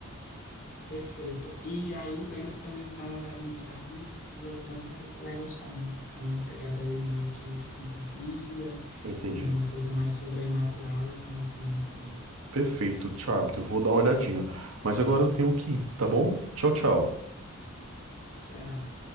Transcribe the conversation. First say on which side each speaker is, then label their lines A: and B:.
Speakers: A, on the left; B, on the right.
A: Perfeito. E aí lembra também de dar uma olhada em Charmed, que eu tenho certeza que você vai gostar. É uma é uma pegada ali meio que fantasia,
B: Entendi.
A: com uma coisa mais sobrenatural, então assim é muito bom.
B: Perfeito, Charmed. Eu vou dar uma olhadinha. Mas agora eu tenho que ir, tá bom? Tchau, tchau.
A: Tchau.